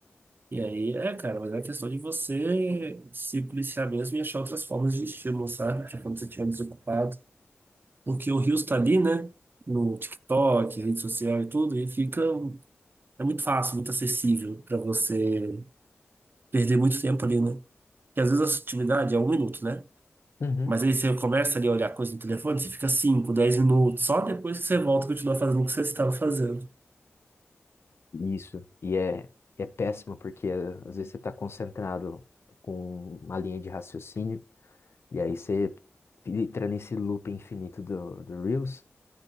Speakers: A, on the right; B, on the left.
A: E aí, é, cara, mas é questão de você se policiar mesmo e achar outras formas de estímulo, sabe? Tipo, quando você estiver desocupado. Porque o rio está ali, né? No TikTok, rede social e tudo, e fica. É muito fácil, muito acessível para você perder muito tempo ali, né? Porque às vezes a sutilidade é um minuto, né?
B: Uhum.
A: Mas aí você começa ali a olhar coisa no telefone, você fica 5, 10 minutos, só depois que você volta e continua fazendo o que você estava fazendo.
B: Isso. E é, é péssimo, porque às vezes você tá concentrado com uma linha de raciocínio. E aí você entra nesse loop infinito do, do Reels.